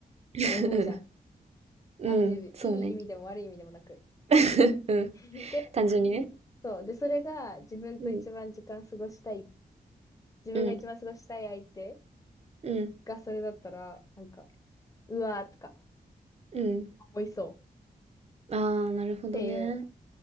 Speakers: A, on the right (about 40°); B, on the left (about 20°).
A: うん。<laughs>
B: 多分思うじゃん。
A: うん。
B: あ、別にいい意味でも悪い意味でもなく。
A: そうね。<laughs> うん。
B: <laughs> で、
A: 単純にね。
B: そう。で、それが自分と一番時間過ごしたい、
A: うん。
B: 自分が一番過ごしたい相手
A: うん。うん。
B: がそれだったら、なんか、うわーとか
A: うん。
B: 思いそう
A: ああ、なるほどね。
B: っていう。